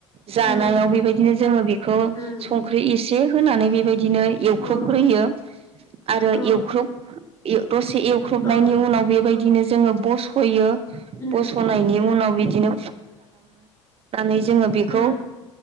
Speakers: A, on the right; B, on the left.
A: जानायाव
B: उम
A: बेबायदिनो जोङो बेखौ
B: उम
A: संख्रि एसे होनानै बेबायदि बिदिनो एवख्रुबग्रोयो
B: औ
A: आरो
B: औ
A: एवख्रुब दसे एवख्रुबनायनि
B: औ
A: उनाव बेबायदिनो जोङो बस'यो।
B: उम
A: बस'नायनि
B: उम
A: उनाव बिदिनो। <inaudible> जोङो बेखौ
B: उम